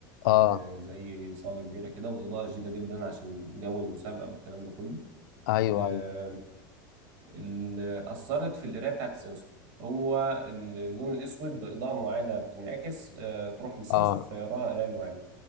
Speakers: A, on the left; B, on the right.
A: اه
B: آه، زي صالة كبيرة كده والإضاءة شديدة جدا عشان جو المسابقة والكلام ده كله
A: ايوه
B: آه،
A: ايوه
B: اللي أثرت في القراية بتاعت السنسور هو اللون الأسود بإضاءة معينة بتنعكس آه، تروح للسنسور
A: اه
B: فيراها قراية معينة